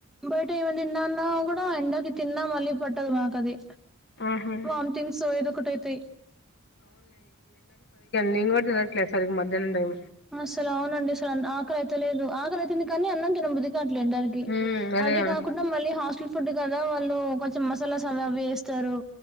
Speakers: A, in the centre; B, on the left (about 50°).
A: బయట ఎం తిందాం అన్నా ఎండాకి తిన్నా మళ్ళీ పట్టదు మాకు అది
B: ఆహా
A: వామ్ థింగ్స్ ఏదొ ఒకటి ఐతాయి
B: నేన్ కూడా తినట్లేదు సరిగా మధ్యాహ్న టైం
A: అసలు అవునండి అసలు ఆకాలైత లేదు ఆకల అయితుంది కానీ అన్నం తిన్నా బుద్ది గట్లేమ్ డదానికి
B: ఉమ్ అదేగా
A: అది కాకుండా మళ్ళీ హాస్టల్ ఫుడ్ కదా వాళ్ళ ఓ కొంచెం మసాలాస్ అవి అవ్ వేస్తారు